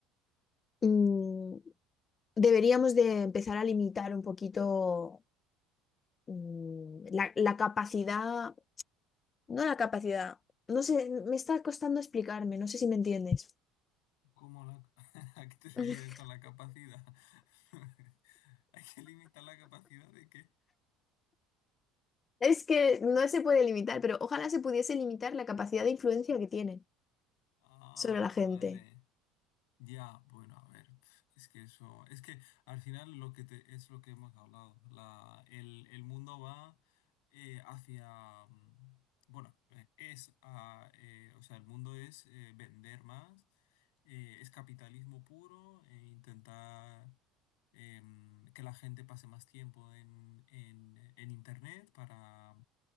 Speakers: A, on the left; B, on the left.
A: mm, deberíamos de empezar a limitar un poquito mm, la, la capacidad, no la capacidad, no sé, me está costando explicarme, no sé si me entiendes.
B: ¿Cómo la... <laughs> ¿A qué te refieres
A: <laughs>
B: con la capacidad? <laughs> ¿Hay que limitar la capacidad de qué?
A: Es que no se puede limitar, pero ojalá se pudiese limitar la capacidad de influencia que tienen
B: Ah,
A: sobre la gente.
B: vale. Ya, bueno, a ver, pf, es que eso, es que al final lo que te, es lo que hemos hablado, la, el, el mundo va eh, hacia, mm, bueno, eh, es, a, eh, o sea, el mundo es eh, vender más, eh, es capitalismo puro, e intentar em, que la gente pase más tiempo en, en, en internet para,